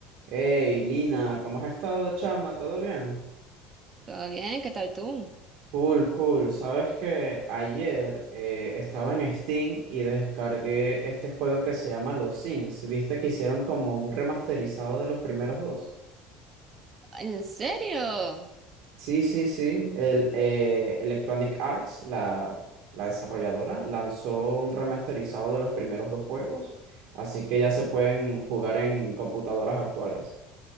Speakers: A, on the right; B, on the right.
A: Hey, Lina, ¿cómo has estado, chama? ¿Todo bien?
B: Todo bien, ¿qué tal tú?
A: Cool, cool. Sabes que ayer eh, estaba en Steam y descargué este juego que se llama Los Sims. ¿Viste que hicieron como un remasterizado de los primeros dos?
B: ¿En serio?
A: Sí, sí, sí. El, eh, Electronic Arts, la, la desarrolladora, lanzó un remasterizado de los primeros dos juegos, así que ya se pueden jugar en computadoras actuales.